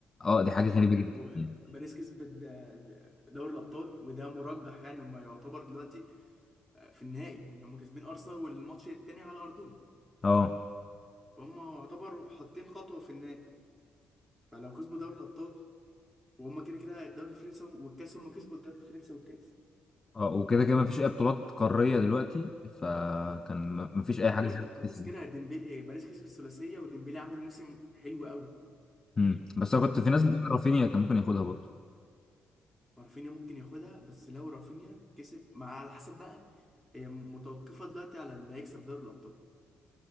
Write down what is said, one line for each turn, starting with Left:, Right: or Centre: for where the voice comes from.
Left: اه دي حاجه غريبه
Centre: لو
Left: جدا
Centre: لو
Left: يعني
Centre: باريس كسبت د- دوري الابطال وده مرجح يعني هم يعتبر دلوقتي آه، في النهائي يعني هم كاسبين ارسنال والماتش التاني على ارضهم
Left: اه
Centre: فهم يعتبر حاطين خطوه في النهائي فلو كسبوا دوري الابطال وهم كده كده الدوري الفرنسي والكاس هم كسبوا الدوري الفرنسي والكاس
Left: اه وكده كده ما فيش اي بطولات قاريه دلوقتي فكان ما فيش اي
Centre: ما
Left: حاجه
Centre: بقول
Left: زياده
Centre: لك
Left: تتحسب
Centre: خلاص كده ديمبلي ايه باريس كسب الثلاثيه وديمبلي عامل موسم حلو قوي
Left: امم بس انا كنت في ناس
Centre: هو
Left: بتقول رافينيا كان ممكن ياخدها برضه
Centre: رافينيا ممكن ياخدها بس لو رافينيا كسب مع على حسب بقى هي متوقفه دلوقتي على اللي هيكسب دوري الابطال